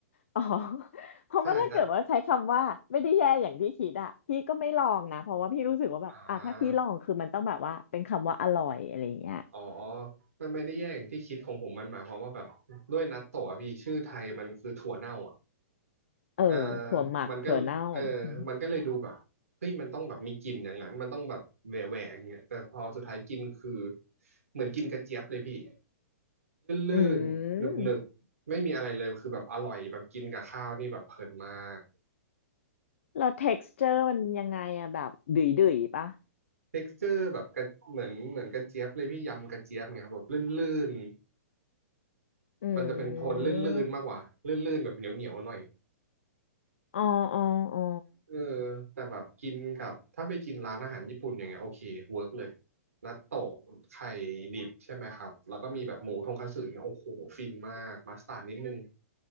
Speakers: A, on the left; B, on the right.
A: อ๋อ <laughs> เพราะว่าถ้าเกิดว่าใช้คำว่าไม่ได้แย่อย่างที่คิดอะพี่ก็ไม่ลองนะเพราะว่าพี่รู้สึกว่าแบบอ่ะถ้าพี่ลองคือมันต้องแบบว่าเป็นคำว่าอร่อยอะไรอย่างเงี้ย
B: ใช่แต่อ่าอ๋อมันไม่ได้แย่อย่างที่คิดของผมมันหมายความว่าแบบด้วยนัตโตะอะพี่ชื่อไทยมันคือถั่วเน่าอะ
A: เออถั่วหมักถั่วเน่าอืม
B: เออมันก็เออมันก็เลยดูแบบเฮ้ยมันต้องแบบมีกลิ่นอย่างนั้นมันต้องแบบแหวะแหวะอย่างเงี้ยแต่พอสุดท้ายกินคือเหมือนกินกระเจี๊ยบเลยพี่ลื่นๆหนึบๆไม่มีอะไรเลยคือแบบอร่อยแบบกินกับข้าวนี่แบบเพลินมาก
A: อืมแล้ว texture มันยังไงอะแบบดุยดุยปะ
B: t e เจอร์แบบกระเหมือนเหมือนกระเจี๊ยบเลยพี่ยำกระเจี๊ยบเนี่ยครับแบบลื่นๆมันจะเป็นโทนลื่นๆมากกว่าลื่นๆแบบเหนียวๆหน่อย
A: อืมอ๋ออ๋ออ๋อ
B: เออแต่แบบกินกับถ้าไปกินร้านอาหารญี่ปุ่นอย่างเงี้ยโอเคเวิร์กเลยนัตโตะไข่ดิบใช่ไหมครับแล้วก็มีแบบหมูทงคัตสึอย่างเงี้ยโอ้โหฟินมากมัสตาร์ดนิดนึง